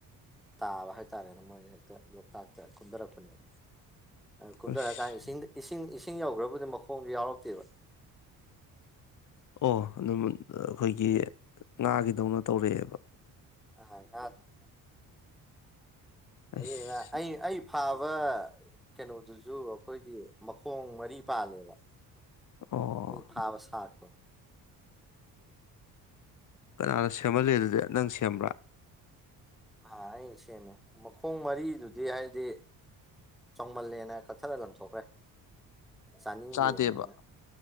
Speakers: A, in the centre; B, on the left.
A: ꯇꯥꯕ ꯍꯥꯏꯇꯥꯔꯦꯅꯦ ꯃꯣꯏꯁꯦ ꯍꯦꯛꯇ ꯂꯣꯛꯇꯥꯛꯇ ꯀꯨꯝꯊꯔꯛꯄꯅꯦꯕ ꯀꯨꯝꯊꯔꯀꯥꯟ
B: ꯑꯁ
A: ꯏꯁꯤꯡ ꯏꯁꯤꯡ ꯏꯁꯤꯡ ꯌꯧꯈ꯭ꯔꯕꯨꯗꯤ ꯃꯈꯣꯡꯁꯨ ꯌꯥꯎꯔꯛꯇꯦꯕ
B: ꯑꯣ ꯑꯗꯨ ꯑꯩꯈꯣꯏꯒꯤ ꯉꯥꯒꯤꯗꯧꯅ ꯇꯧꯔꯛꯑꯦꯕ
A: ꯑꯥ ꯉꯥꯗꯧ ꯇꯧ
B: ꯑꯁ
A: ꯑꯗꯨꯅ ꯑꯩ ꯑꯩ ꯐꯥꯕ ꯀꯩꯅꯣꯗꯨꯁꯨ ꯑꯩꯈꯣꯏꯒꯤ ꯃꯈꯣꯡ ꯃꯔꯤ ꯄꯥꯜꯂꯦꯕ
B: ꯑꯣ
A: ꯑꯩ ꯐꯥꯕ ꯁꯥꯛꯇꯣ
B: ꯀꯅꯥꯅꯣ ꯁꯦꯝꯍꯜꯜꯂꯤꯦ ꯑꯗꯨꯗꯤ ꯅꯪ ꯁꯦꯝꯕ꯭ꯔꯥ
A: ꯑ ꯑ ꯁꯦꯝꯃꯦ ꯃꯈꯣꯡ ꯃꯔꯤꯗꯨꯗꯤ ꯍꯥꯏꯗꯤ ꯃꯜꯂꯦꯅ ꯀꯛꯊꯠꯂ ꯂꯪꯊꯣꯛꯈ꯭ꯔꯦ ꯆꯥꯅꯤꯡꯗꯦꯅ
B: ꯆꯥꯗꯦꯕ
A: ꯑꯩꯅ